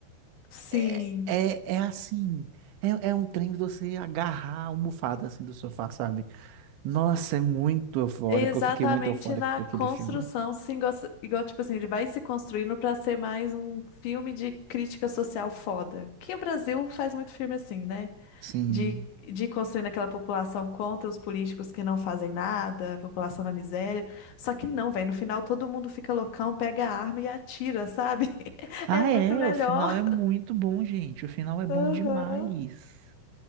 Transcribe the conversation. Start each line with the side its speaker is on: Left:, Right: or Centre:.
Left: Sim.
Right: é, é, é assim, é, é um trem de você agarrar a almofada assim do sofá, sabe? Nossa, é muito eufórico,
Left: Exatamente
Right: eu fiquei muito eufórico
Left: na
Right: com aquele
Left: construção,
Right: filme.
Left: sim, igual, igual, tipo assim, ele vai se construindo pra ser mais um filme de crítica social foda. Que o Brasil faz muito filme assim, né?
Right: Sim.
Left: De, de ir construindo aquela população contra os políticos que não fazem nada, a população na miséria. Só que não, velho, no final todo mundo fica loucão, pega a arma e atira, sabe? <laughs>
Right: Ah,
Left: É muito
Right: é,
Left: melhor.
Right: o final é muito bom, gente, o final é bom
Left: Aham.
Right: demais.